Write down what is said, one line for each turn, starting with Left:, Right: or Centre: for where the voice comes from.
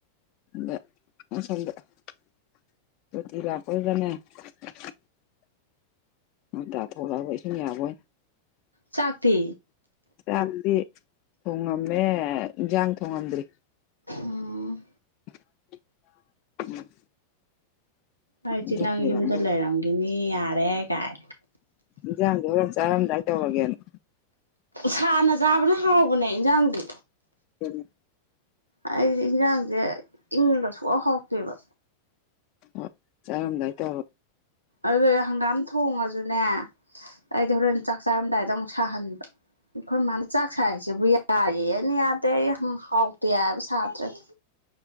Left: <unintelligible> ꯉꯥꯟꯇꯥꯊꯣꯛꯂꯛꯑꯕ ꯏꯁꯤꯡ ꯌꯕꯥꯑꯣꯏꯅꯥ
Right: ꯆꯥꯛꯇꯤ
Left: ꯆꯥꯛꯇꯤ ꯊꯣꯡꯉꯝꯃꯦ ꯏꯟꯁꯥꯡ ꯊꯣꯡꯉꯝꯗ꯭ꯔꯤ
Right: ꯎꯝ
Left: <inaudible>
Right: ꯑꯩꯗꯤ
Left: ꯏꯟꯖꯥꯡꯗꯤ
Right: ꯅꯪ ꯌꯨꯝꯗ
Left: ꯂꯥꯝꯖꯜꯂꯦ
Right: ꯂꯩꯔꯝꯒꯅꯤ ꯌꯥꯔꯦ ꯀꯥꯏ
Left: ꯏꯟꯖꯥꯡꯗꯣ ꯍꯣꯔꯦꯟ ꯆꯥꯔꯝꯗꯥꯏ ꯇꯧꯔꯒꯦꯅ
Right: ꯁꯥꯥꯟꯅ ꯆꯥꯕꯅ ꯍꯥꯎꯕꯅꯦ ꯏꯟꯁꯥꯡꯗꯤ
Left: ꯎ
Right: ꯑꯩꯗꯤ ꯏꯟꯁꯥꯡꯁꯦ ꯏꯪꯕ ꯁꯨꯛꯍꯥꯎ ꯍꯥꯎꯇꯦꯕ
Left: ꯍꯣꯏ ꯆꯥꯔꯝꯗꯥꯏ ꯇꯧꯔꯥ
Right: ꯑꯗꯨ ꯍꯪꯒꯥꯝ ꯊꯣꯡꯉꯁꯨꯅꯦ ꯑꯩꯗꯤ ꯍꯣꯔꯦꯟ ꯆꯥꯛ ꯆꯥꯔꯝꯗꯥꯏꯗ ꯁꯥꯍꯟꯕ ꯑꯩꯈꯣꯏ ꯃꯥꯅ ꯆꯥꯛ ꯁꯥꯏꯁꯤꯕꯨ ꯌꯥꯏ ꯌꯥꯑꯦ ꯑꯩꯅ ꯌꯥꯗꯦ ꯑꯩ ꯌꯥꯝ ꯍꯥꯎꯇꯦ ꯍꯥꯏꯕ ꯁꯥꯍꯟꯗꯔꯥꯗꯤ